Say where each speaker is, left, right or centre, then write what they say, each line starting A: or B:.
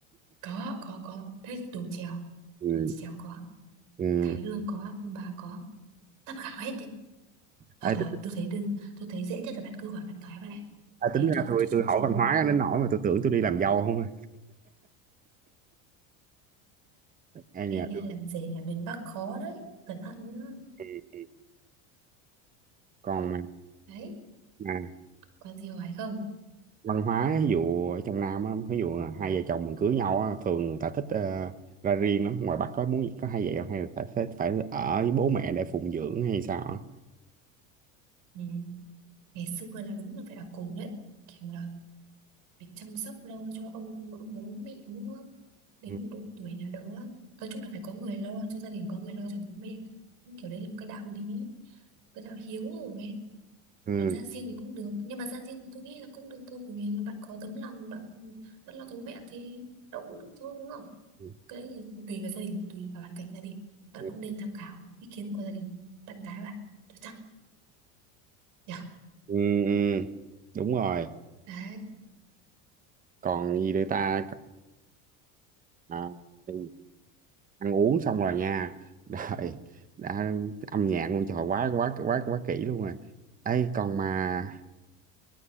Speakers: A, on the right (about 55°); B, on the right (about 20°).
A: có có có thế thì đồ chèo
B: ừ.
A: đồ chèo có
B: Ừ.
A: cải lương có ông bà có tham khảo hết đi hoặc
B: À, ê,
A: là
B: tính-
A: tôi thấy đơn tôi thấy dễ nhất là bạn cứ hỏi bạn gái bạn ạ.
B: à,
A: đấy
B: tính ra
A: cho
B: tôi
A: cho
B: tôi
A: cho
B: hỏi
A: cho
B: văn hóa đến nỗi mà tôi tưởng tôi đi làm dâu không à Ai
A: nghe
B: nhờ
A: nghe
B: tôi
A: làm gì là miền Bắc khó đấy cẩn thận nhá
B: ừ. còn
A: đấy
B: mà,
A: có gì hỏi không
B: văn hóa ví dụ ở trong Nam á, ví dụ là hai vợ chồng mình cưới nhau á, thường người ta thích ờ, ra riêng lắm ngoài Bắc có muốn có hai vợ chồng hay là phải phải, phải ở với bố mẹ để phụng dưỡng hay sao á?
A: ừ. ngày xưa là đúng là phải ở cùng đấy kiểu là phải chăm sóc lo cho ông ông bố mẹ nữa đến
B: ừ.
A: một độ tuổi nào đó nói chung là phải có người lo cho gia đình có người lo cho bố mẹ Nhưng kiểu đấy là một cái đạo lý cái đạo hiếu rồi ấy.
B: Ừ.
A: còn ra riêng thì cũng được nhưng mà ra riêng thì tôi nghĩ là cũng được thôi bởi vì là bạn có tấm lòng bạn vẫn lo cho bố mẹ thì đâu cũng được thôi đúng không
B: Ừ.
A: cái đấy thì tùy vào gia đình tùy vào hoàn cảnh gia đình bạn
B: Ừ.
A: cũng nên tham khảo ý kiến của gia đình bạn gái bạn chắc chắn nhở
B: ừ. đúng rồi
A: đấy
B: còn gì nữa ta à, thì ăn uống xong rồi nha <laughs> rồi đã âm nhạc luôn trời quá quá quá quá kỹ luôn rồi ấy còn mà